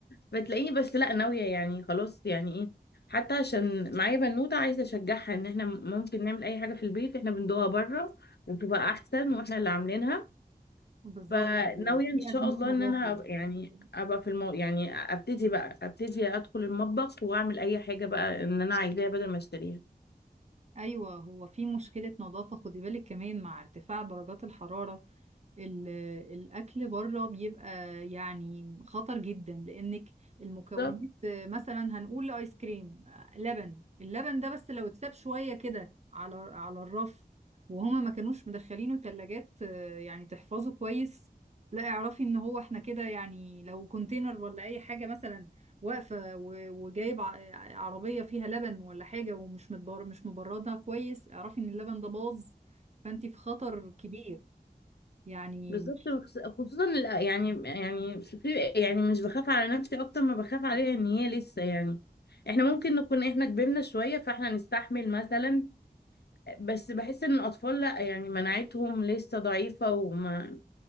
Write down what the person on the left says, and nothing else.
بتلاقيني بس لا ناويه يعني خلاص يعني ايه حتى عشان معايا بنوته عايزه اشجعها ان احنا ممكن نعمل اي حاجه في البيت احنا بندوها بره وبتبقى احسن واحنا اللي عاملينها
فناويه
ان
شاء
الله
ان انا أبقى- يعني
ابقى في المو... يعني ابتدي بقى ابتدي ادخل المطبخ واعمل اي حاجه بقى ان انا عايزاها بدل ما اشتريها
بالظبط
بالظبط
بخص- خصوصا الأ- يعني يعني في يعني مش بخاف على نفسي اكتر ما بخاف عليها ان هي لسه يعني احنا ممكن نكون احنا كبرنا شوية فاحنا نستحمل مثلا بس بحس ان الاطفال لا يعني مناعتهم لسه ضعيفة وما